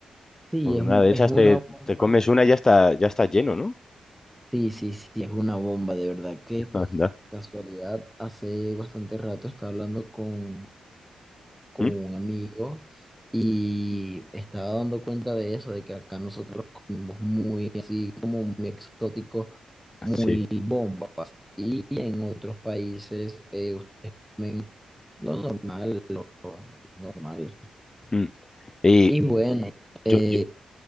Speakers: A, in the centre; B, on the left (about 25°).
A: Sí,
B: Con
A: es,
B: una
A: un-
B: de
A: es
B: esas
A: una
B: te,
A: bomba.
B: te comes una y ya está, ya está lleno, ¿no?
A: Sí, sí, sí, es una bomba, de verdad que
B: <laughs> Anda.
A: casualidad, hace bastante rato estaba hablando con con
B: ¿Mm?
A: un amigo y estaba dando cuenta de eso, de que acá nosotros comemos muy así, como muy exótico, muy
B: Sí.
A: bombas. Y en otros países eh, ustedes comen lo normal, normal.
B: Mm. Y
A: Y bueno, eh,
B: yo,